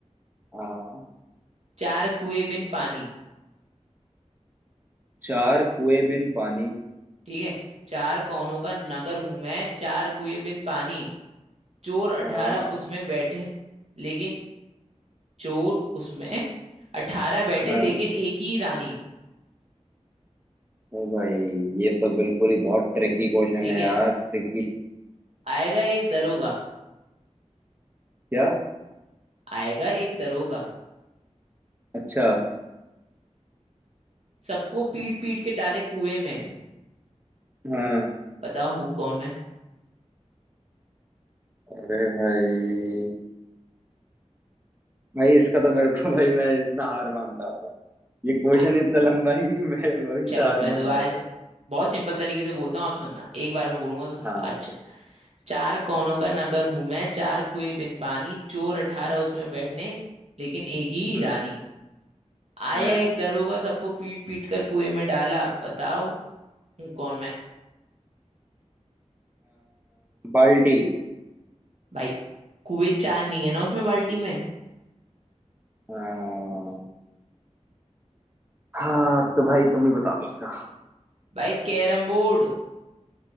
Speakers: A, on the right; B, on the right.
A: हाँ
B: चार कुएं बिन पानी
A: चार कुएं बिन पानी
B: ठीक है चार कोनों का नगर हूं मैं चार कुएं बिन पानी चोर अठारह
A: हाँ
B: उसमें बैठे लेकिन चोर उसमें अठारह बैठे
A: हाँ
B: लेकिन एक ही रानी
A: ओ भाई ये तो बिल्कुल ही बहुत ट्रिकी क्वेश्चन
B: ठीक
A: है
B: है
A: यार ट्रिकी
B: आएगा एक दरोगा
A: क्या
B: आएगा एक दरोगा
A: अच्छा
B: सबको पीट पीट के डाले कुएं में
A: हाँ
B: बताओ हूँ कौन मैं
A: अरे भाई भाई इसका तो मेरे को <laughs> भाई मैं इसमें हार मानता हूँ ये क्वेश्चन
B: आ-
A: इतना लंबा है कि मैं वहीं
B: चलो
A: से हार
B: मैं
A: मान
B: दोबारा
A: गया भाई
B: बहुत सिंपल तरीके से बोलता हूँ आप सुनना एक बार में बोलूंगा तो स-
A: हाँ
B: अच्छा चार कोनों का नगर हूं मैं चार कुएं बिन पानी चोर अठारह उसमें बैठने लेकिन एक ही
A: हम्म,
B: रानी आया
A: हाँ
B: एक दरोगा सबको पीट पीट कर कुएं में डाला बताओ हूँ कौन मैं
A: बर्डे
B: भाई कुएं चार नहीं है ना उसमें बाल्टी में
A: हाँ हाँ तो भाई तुम ही बता दो उसका
B: भाई कैरम बोर्ड